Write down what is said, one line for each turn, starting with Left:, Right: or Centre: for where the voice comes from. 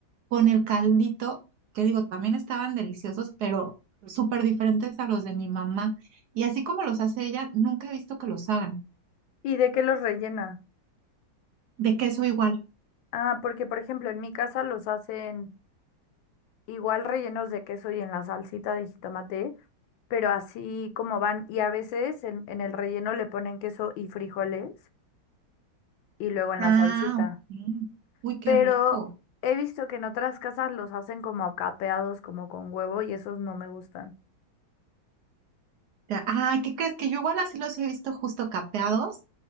Right: con el caldito, que digo, también estaban deliciosos, pero súper diferentes a los de mi mamá. Y así como los hace ella, nunca he visto que los hagan.
Left: ¿Y de qué los rellena?
Right: De queso igual.
Left: Ah, porque por ejemplo en mi casa los hacen igual rellenos de queso y en la salsita de jitomate, pero así como van, y a veces en, en el relleno le ponen queso y frijoles y luego en
Right: Ah,
Left: la salsita.
Right: ok. Uy, qué
Left: Pero
Right: rico.
Left: he visto que en otras casas los hacen como capeados, como con huevo, y esos no me gustan.
Right: Ya- Ay, ¿qué crees? Que yo igual así los he visto justo capeados